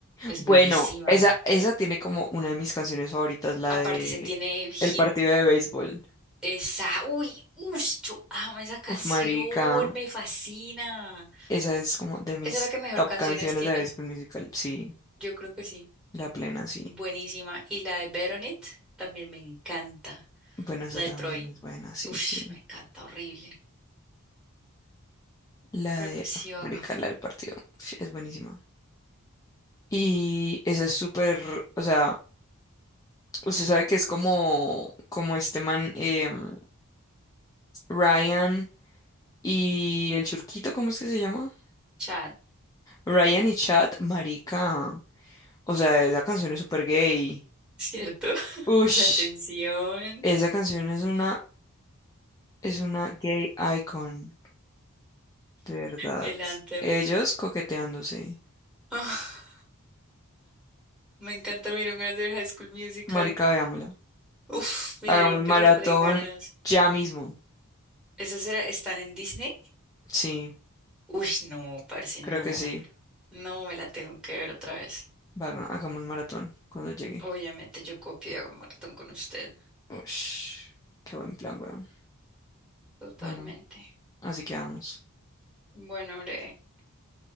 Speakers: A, in the centre; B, on the left.
A: Es
B: Bueno,
A: buenísima.
B: esa, esa tiene como una de mis canciones favoritas, la
A: Aparte,
B: de
A: esa tiene hit.
B: El partido de béisbol.
A: Esa. Uy, ush, yo amo esa canción.
B: Uf, marica,
A: Me fascina.
B: esa es como de mis
A: Esa es la que mejor
B: top
A: canciones
B: canciones
A: tiene.
B: de béisbol musical. Sí,
A: Yo creo que sí.
B: la plena, sí.
A: Buenísima. Y la de Bet on It también me encanta.
B: Bueno, esa
A: La de
B: también
A: Troy.
B: es buena, sí,
A: Ush,
B: sí.
A: me encanta. Horrible.
B: La
A: Pero
B: de,
A: pues sí,
B: uf,
A: vaga.
B: marica, la del partido, uf, es buenísima. Y esa es súper, o sea, usted sabe que es como, como este man, em, Ryan y el churquito, ¿cómo es que se llama?
A: Chat.
B: Ryan y Chad, marica. O sea, esa canción es súper gay.
A: ¿Cierto? <laughs>
B: Ush,
A: La tensión,
B: esa canción es una, es una gay icon, de verdad.
A: el anthem.
B: Ellos coqueteándose.
A: Ah, me encanta, me dieron ganas de ver High School Musical.
B: Marica, veámosla.
A: Uf, me
B: Hagamos
A: dieron pero
B: maratón
A: re ganas.
B: ya mismo.
A: ¿Esas era, están en Disney?
B: Sí,
A: Uy, no, parece
B: creo
A: no.
B: que sí.
A: No, me la tengo que ver otra vez.
B: Vaga- Hagamos maratón cuando llegue.
A: Obviamente yo copio y hago maratón con usted.
B: Ush, qué buen plan, weón.
A: Totalmente.
B: Bueno, así quedamos.
A: Bueno, hombre,